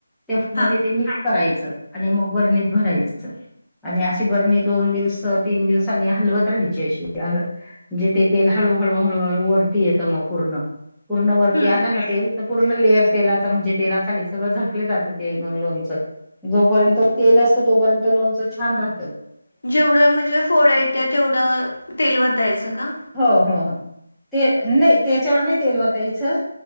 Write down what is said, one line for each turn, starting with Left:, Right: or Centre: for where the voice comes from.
Centre: त्या मध्ये
Left: हां
Centre: ते मिक्स करायचं आणि मग बर्णीत भरायचं आणि अशी बरणी दोन दिवस तीन दिवस हलवत राहायची अशी म्हणजे तेल हळ हळू हळू हळू वरती येत मग पूर्ण पूर्ण वरती
Left: हम्म
Centre: आला ना तेल तर पूर्ण लेअर तेला. म्हणजे तेला खाली सगळं झाकलं जातं ते मग लोणचं जोपर्यंत तेल असतं तोपर्यंत लोनचं छान राह
Left: जेवढ्या म्हणजे फोडा येत्या तेवढं तेलवतायचं का.
Centre: हो हो हो ते नाही त्याच्यावर नाही तेल वतायचं